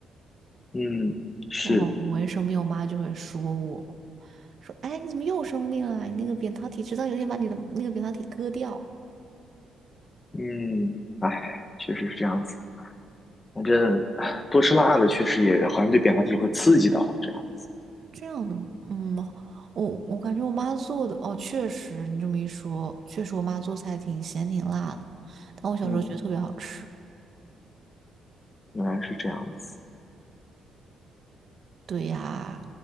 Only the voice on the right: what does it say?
然后我一生病，我妈就会说我，说哎你怎么又生病了？你那个扁桃体直到有一天把你的那个扁桃体割掉，
这样的嗯，我我感觉我妈做的哦，确实你这么一说，确实我妈做菜挺咸挺辣的，但我小时候觉得特别好吃。
对呀，